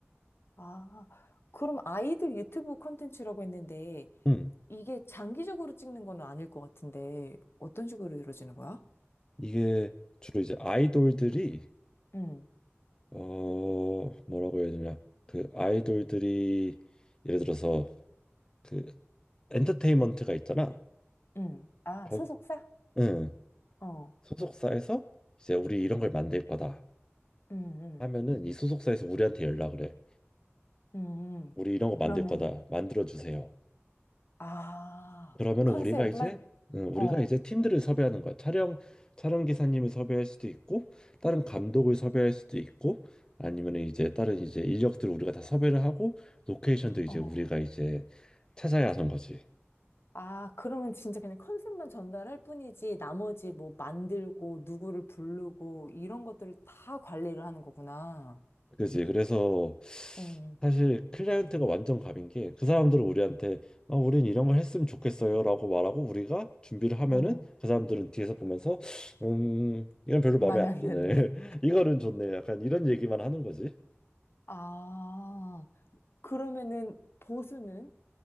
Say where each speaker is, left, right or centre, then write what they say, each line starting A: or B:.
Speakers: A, on the left; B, on the left.
A: 아, 그럼 아이들 유튜브 콘텐츠라고 했는데
B: 음
A: 이게 장기적으로 찍는 건 아닐 것 같은데 어떤 식으로 이루어지는 거야?
B: 이게 주로 이제 아이돌들이
A: 응,
B: 어, 뭐라고 해야 되냐? 그 아이돌들이 예를 들어서 그 엔터테인먼트가 있잖아.
A: 응. 아,
B: 거,
A: 소속사?
B: 응.
A: 어,
B: 소속사에서 이제 우리 이런 걸 만들 거다
A: 응, 응,
B: 하면은 이 소속사에서 우리한테 연락을 해.
A: 응.
B: 우리 이런 거 만들
A: 그러면,
B: 거다. 만들어 주세요.
A: 아,
B: 그러면
A: 컨셉만?
B: 우리가 이제 응,
A: 어,
B: 우리가 이제 팀들을 섭외하는 거야. 촬영 촬영 기사님을 섭외할 수도 있고 다른 감독을 섭외할 수도 있고 아니면 이제 다른 이제 인력들을 우리가 다 섭외를 하고 로케이션도 이제
A: 어.
B: 우리가 이제 찾아야 하는 거지.
A: 아, 그러면 진짜 그냥 컨셉만 전달할 뿐이지, 나머지 뭐 만들고, 누구를 부르고, 이런 것들을 다 관리를 하는 거구나.
B: 그지? 그래서
A: 응,
B: 사실 클라이언트가 완전 갑인 게 그 사람들은 우리한테 아, 우린 이런 걸 했으면 좋겠어요라고 말하고 우리가 준비를 하면은
A: 응.
B: 그 사람들은 뒤에서 보면서 음 이건 별로 마음에
A: 마음에
B: 안
A: 안
B: 드네
A: 드는데?
B: <laughs> 이거는 좋네 약간 이런 얘기만 하는 거지.
A: 아, 그러면은 보수는